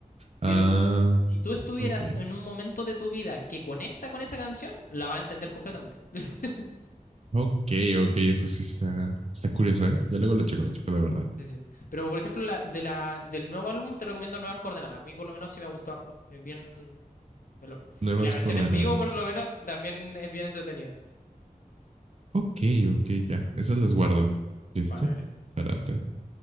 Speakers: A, on the right; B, on the left.
A: Ah,
B: Pero si, si tú estuvieras
A: ok.
B: en un momento de tu vida que conecta con esa canción, la vas a entender completamente. <laughs>
A: Ok, ok, eso sí está, está curioso, ¿eh? Yo luego lo checo, lo checo de verdad.
B: Sí, sí. Pero por ejemplo, la, de la, del nuevo álbum te recomiendo Nuevas Coordenadas. A mí por lo menos sí me gustó harto. Es bien, Me lo-
A: Nuevas
B: Y la versión
A: coordenadas.
B: en vivo, por lo menos, también es bien entretenida.
A: Ok, ok, ya. Esas las guardo. ¿Listo?
B: Vale, vale.
A: Espérate.